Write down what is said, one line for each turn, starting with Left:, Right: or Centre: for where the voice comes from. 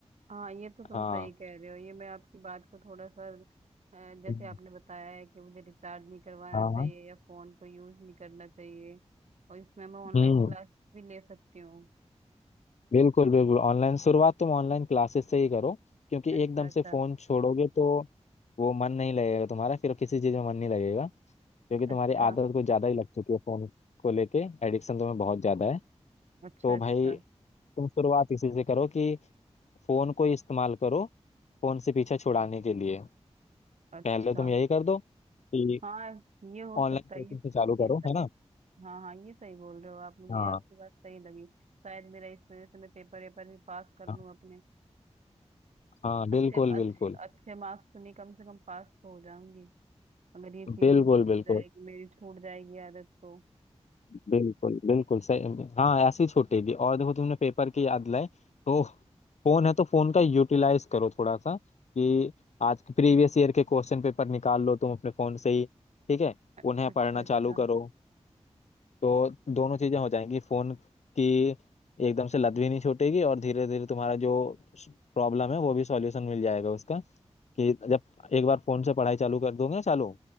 Right: हाँ ये तो तुम
Left: हाँ
Right: सही कह रहे हो ये मैं आपकी बात को थोड़ा सा अ, जैसे
Left: हम्म,
Right: आपने बताया है कि मुझे रिचार्ज नहीं करवाना
Left: हाँ
Right: चाहिए या फोन को यूज नहीं करना चाहिए और इसमें मैं ऑनलाइन
Left: हम्म
Right: क्लास भी ले सकती हूँ
Left: बिल्कुल बिल्कुल ऑनलाइन शुरुआत तुम ऑनलाइन क्लासेस से ही करो क्योंकि
Right: अच्छा
Left: एकदम
Right: अच्छा
Left: से फोन छोड़ोगे तो वो मन नहीं लगेगा तुम्हारा फिर किसी चीज में मन नहीं लगेगा क्योंकि
Right: अच्छा
Left: तुम्हारी आदत कुछ ज्यादा ही लग चुकी है फोन को लेके एडिक्शन तुम्हें बहुत ज्यादा है
Right: अच्छा
Left: तो
Right: अच्छा
Left: भाई तुम शुरुआत इसी से करो कि फोन को ही इस्तेमाल करो फोन से पीछा छुड़ाने के लिए
Right: अच्छा
Left: पहले तुम यही कर दो कि
Right: हाँ ये हो सकता
Left: ऑनलाइन
Right: है
Left: कोचिंग
Right: ये,
Left: से चालू
Right: ये
Left: करो
Right: स-
Left: है ना
Right: हाँ हाँ ये सही बोल रहे हो आप मुझे
Left: हाँ
Right: आपकी बात सही लगी शायद मेरा इस वजह से मैं पेपर वेपर भी पास कर
Left: हाँ
Right: लूँ अपने
Left: हाँ, बिल्कुल
Right: अच्छे अच्छे
Left: बिल्कुल
Right: अच्छे मार्क्स तो नहीं कम से कम पास तो हो जाऊंगी अगर ये चीज
Left: बिल्कुल
Right: हो
Left: बिल्कुल
Right: जाएगी मेरी छूट जाएगी आदत तो
Left: बिल्कुल बिल्कुल सही हाँ ऐसे ही छूटेगी और देखो तुमने पेपर की याद लाए तो फोन है तो फोन का यूटिलाइज करो थोड़ा सा कि आज के प्रीवियस ईयर के क्वेश्चन पेपर निकाल लो तुम अपने फोन से ही ठीक है
Right: अ-
Left: उन्हें
Right: अच्छा
Left: पढ़ना
Right: अच्छा
Left: चालू करो तो दोनों चीजें हो जाएंगी फोन की एकदम से लत भी नहीं छूटेगी और धीरे धीरे तुम्हारा जो प्रॉब्लम है वो भी सॉल्यूशन मिल जाएगा उसका कि जब एक बार फोन से पढ़ाई चालू कर दोगे ना चालू